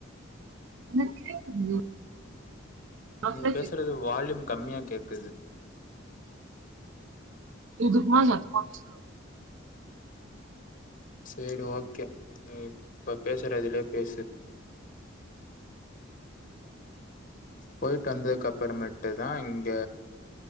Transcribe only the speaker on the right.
எனக் கேக்குது அப்படி
கேக்குது.
இதுக்கு மேல சத்தமா பேச